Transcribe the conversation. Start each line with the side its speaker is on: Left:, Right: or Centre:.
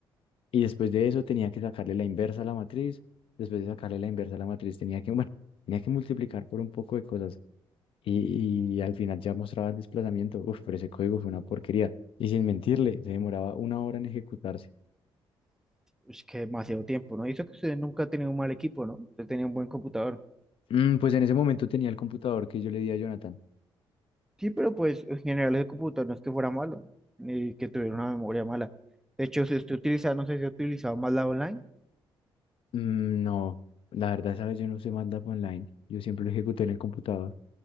Left: Y después de eso tenía que sacarle la inversa a la matriz, después de sacarle la inversa a la matriz tenía que, <laughs> bueno, tenía que multiplicar por un poco de cosas y, y al final ya mostraba el desplazamiento. Uf, pero ese código fue una porquería. Y sin mentirle, se demoraba una hora en ejecutarse.
Centre: Es que demasiado tiempo, ¿no? Y eso que usted nunca ha tenido un mal equipo, ¿no? Usted tenía un buen computador.
Left: Mm, pues en ese momento tenía el computador que yo le di a Jonathan.
Centre: Sí, pero pues en general el computador no es que fuera malo, ni que tuviera una memoria mala. De hecho, si usted utiliza, no sé si ha utilizado Malava Online.
Left: Mm, no, la verdad, sabes, yo no usé MATLAB Online. Yo siempre lo ejecuté en el computador.